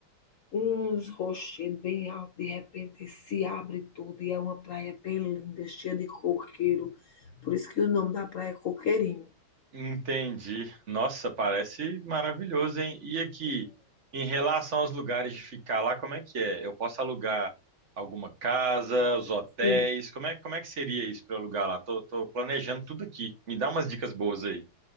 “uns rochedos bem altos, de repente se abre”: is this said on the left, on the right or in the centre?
Left